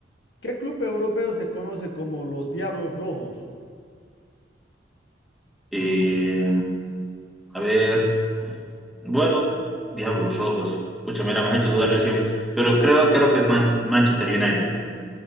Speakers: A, on the left (about 70°); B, in the centre.
A: ¿qué club europeo se conoce como los Diablos Rojos?
B: Eh, a ver, bueno, Diablos Rojos. Pucha, mira, me has hecho dudar recién, pero creo, creo que es Manch- Manchester United.